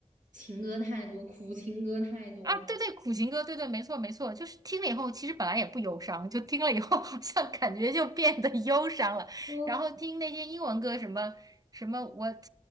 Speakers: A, on the right; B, on the right.
A: 情歌太多，苦情歌太多。
B: 啊，对对，苦情歌，对对，没错没错，就是听了以后，其实本来也不忧伤，就听了以后好像感觉就变得忧伤了。
A: 都
B: 然后听那些英文歌，什么什么 What